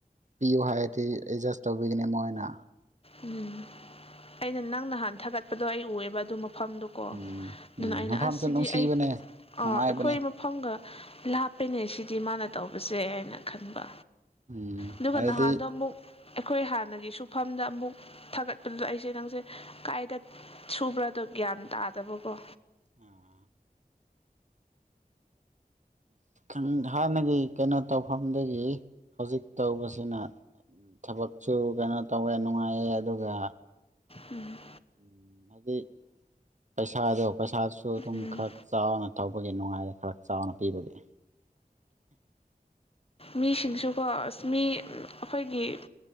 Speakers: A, on the right; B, on the left.
A: ꯄꯤꯌꯨ ꯍꯥꯏꯔꯗꯤ ꯑꯦꯗꯖꯁ ꯇꯧꯕꯤꯒꯅꯤ ꯃꯣꯏꯅ
B: ꯎꯝ ꯑꯩꯅ ꯅꯪ ꯅꯍꯥꯟ ꯊꯥꯒꯠꯄꯗꯣ ꯑꯩ ꯎꯑꯕ ꯑꯗꯨ ꯃꯐꯝꯗꯨꯣ ꯀꯣ
A: ꯎꯝ
B: ꯑꯗꯨꯅ
A: ꯎꯝ
B: ꯑꯩꯅ
A: ꯃꯐꯝꯁꯨ
B: ꯑꯁꯤꯁꯤꯗꯤ
A: ꯅꯨꯡꯁꯤꯕꯅꯦ
B: ꯑꯩ
A: ꯅꯨꯡꯉꯥꯏꯕꯅꯦ
B: ꯑꯩꯈꯣꯏ ꯃꯐꯝꯒ ꯂꯥꯞꯄꯅꯦ ꯁꯤꯗꯤ ꯃꯥꯅ ꯇꯧꯕꯁꯦ ꯍꯥꯏꯅ ꯈꯟꯕ
A: ꯎꯝ
B: ꯑꯗꯨꯒ
A: ꯍꯥꯏꯗꯤ
B: ꯅꯍꯥꯟꯗꯣ ꯑꯃꯨꯛ ꯑꯩꯈꯣꯏ ꯍꯥꯟꯅꯒꯤ ꯁꯨꯐꯝꯗ ꯑꯃꯨꯛ ꯊꯥꯒꯠꯄꯗꯨꯗ ꯑꯩꯁꯦ ꯅꯪꯁꯦ ꯀꯥꯏꯗ ꯁꯨꯕ꯭ꯔꯥꯗꯣ ꯒ꯭ꯌꯥꯟ ꯇꯥꯗꯕꯀꯣ
A: ꯑ ꯑ ꯍꯥꯟꯅꯒꯤ ꯀꯩꯅꯣ ꯇꯧꯐꯝꯗꯒꯤ ꯍꯧꯖꯤꯛ ꯇꯧꯕꯁꯤꯅ ꯊꯕꯛꯁꯨ ꯀꯩꯅꯣ ꯇꯧꯋꯦ ꯅꯨꯡꯉꯥꯏꯑꯦ ꯑꯗꯨꯒ
B: ꯎꯝ
A: ꯎꯝ ꯍꯥꯏꯗꯤ ꯄꯩꯁꯥꯗꯣ ꯄꯩꯁꯥꯗꯨꯁꯨ ꯑꯗꯨꯝ
B: ꯎꯝ
A: ꯈꯔ ꯆꯥꯎꯅ ꯇꯧꯕꯒꯤ ꯅꯨꯡꯉꯥꯏꯔ ꯈꯔ ꯆꯥꯎꯅ ꯄꯤꯕꯒꯤ
B: ꯃꯤꯁꯤꯡꯁꯨꯀꯣ ꯑꯁ ꯃꯤ ꯑꯩꯈꯣꯏꯒꯤ